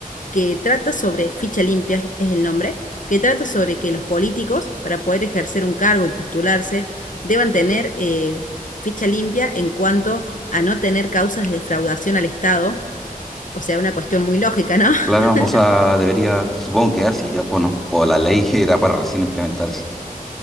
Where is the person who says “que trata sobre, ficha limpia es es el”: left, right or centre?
Left